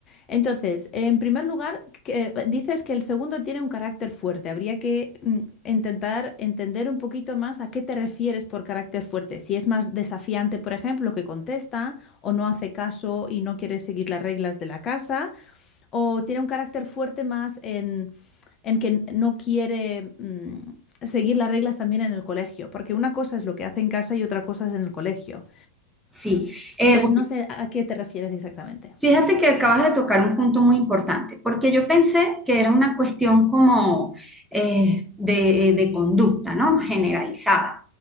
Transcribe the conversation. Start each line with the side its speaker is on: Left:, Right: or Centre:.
Left: Entonces, en primer lugar, que- eh, dices que el segundo tiene un carácter fuerte. Habría que mm, intentar entender un poquito más a qué te refieres por carácter fuerte. Si es más desafiante, por ejemplo, que contesta o no hace caso y no quiere seguir las reglas de la casa, o tiene un carácter fuerte más en, en que no quiere mm, seguir las reglas también en el colegio, porque una cosa es lo que hace en casa y otra cosa es en el colegio.
Centre: Sí. Eh,
Left: Entonces, no sé a a qué te refieres exactamente.
Centre: Fíjate que acabas de tocar un punto muy importante, porque yo pensé que era una cuestión como eh, de, de conducta, ¿no? Generalizada.